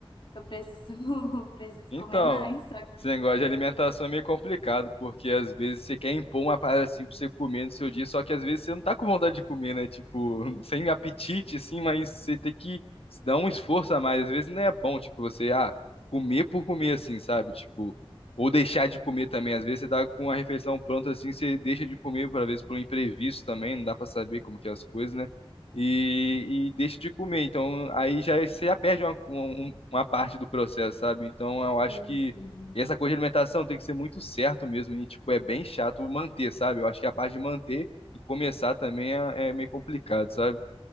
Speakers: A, on the left; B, on the left.
A: Eu preciso, <laughs> preciso
B: Então,
A: comer mais, só que.
B: esse negócio de alimentação é meio complicado, porque às vezes você quer impor uma parada assim pra você comer no seu dia, só que às vezes você não tá com vontade de comer, né? Tipo, <laughs> sem apetite, assim, mas você tem que se dar um esforço a mais. Às vezes não é bom, tipo, você, ah, comer por comer, assim, sabe? Tipo, ou deixar de comer também. Às vezes você tá com a refeição pronta, assim, você deixa de comer, por vezes por um imprevisto também, não dá pra saber como que é as coisas, né? E, e deixa de comer. Então, aí já é, você já perde uma- um, uma parte do processo, sabe? Então eu acho
A: Enfim.
B: que essa coisa de alimentação tem que ser muito certo mesmo e, tipo, é bem chato manter, sabe? Eu acho que a parte de manter e começar também é, é meio complicado, sabe?